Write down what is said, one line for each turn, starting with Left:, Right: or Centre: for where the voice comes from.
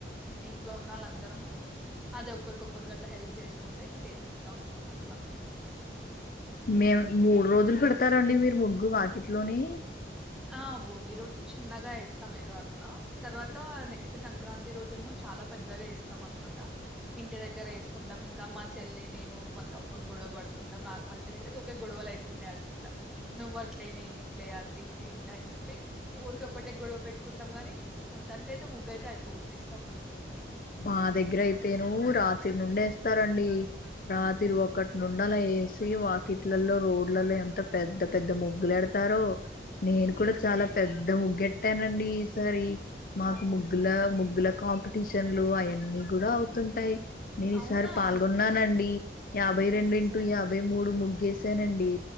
Centre: ఇంట్లో ఉన్నళ్ళ అందరము అదే ఒక్కరికొక్కరికి అట్లా హెల్ప్ చేసుకుంటా ఇంకా చేసుకుంటా ఉంటాం అట్లా
Left: మేము మూడు రోజులు కడతారండి మీరు ముగ్ గు వాకిట్లోని
Centre: ఆ భోగి రోజు చిన్నగా వేస్తాం ఏదో అట్లా తర్వాత నెక్స్ట్ సంక్రాంతి రోజేమో చాలా పెద్దగా వేస్తాం అనమాట ఇంటి దగ్గర వేసుకుంటాం ఇంకా మా చెల్లి నేను మా తమ్ముడు గొడవ పడుతుంటాం నాకు మా చెల్లిక అయితే గొడవలు అవుతుంటాయి అట్లా ఇట్లా నువ్ అట్లే నేను ఇట్లే అది ఇది ఎట్లా అని చెప్పి ఊరిక ఒకటే గొడవ పెట్టుకుంటాం ని మొత్తానికి అయితే ముగ్గు అయితే అయిపోగొట్టేస్తాం అనుకోండి
Left: మా దగ్గర అయితేను రాత్రి నుండే వేస్తారండి రాత్రి ఒకటి నుండి అలా వేసి వాకిట్లలో రోడ్లలో ఎంత పెద్ద పెద్ద ముగ్గులేడతారో నేను కూడా చాలా పెద్ద ముగ్గుఏట్టానండి ఈసారి మాకు
Centre: అవును
Left: ముగ్ల ముగ్గులా కామ్ న్లు అవన్నీ కూడా అవుతుంటాయి నేను ఈసారి
Centre: అవునా
Left: పాల్గొన్నానండి
Centre: అండి
Left: యాభై
Centre: నైస్
Left: రెండు ఇంటూ
Centre: అండి
Left: యాభై మూడు ముగ్గేసి సేనండి